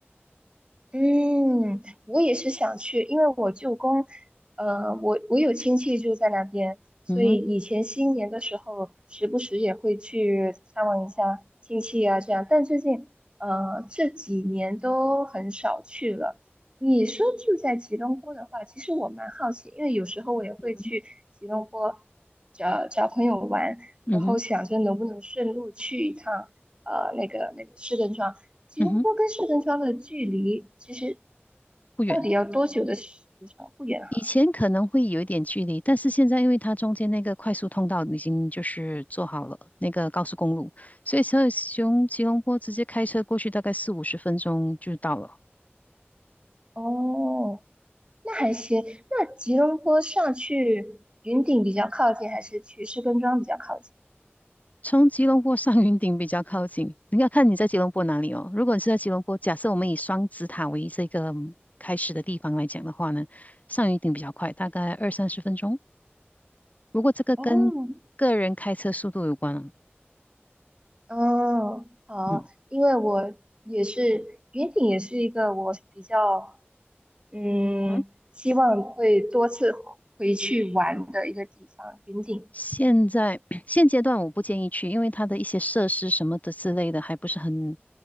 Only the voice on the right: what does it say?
嗯，我也是想去，因为我舅公，呃，我我有亲戚住在那边，所以以前新年的时候，
时不时也会去探望一下亲戚啊，这样。但最近，呃，这几年都很少去了。你说住在吉隆坡的话，其实我蛮好奇，因为有时候我也会去吉隆坡找找朋友玩，
然后想着能不能顺路去一趟，呃，那个那个市政庄。吉隆坡跟圣根庄的距离其实
到底要多久的时长？不远哈。
哦，那还行。那吉隆坡上去云顶比较靠近，还是去士根庄比较靠近？
哦，嗯，好，
因为我也是云顶，也是一个我比较嗯希望会多次回去玩的一个地方。
云顶，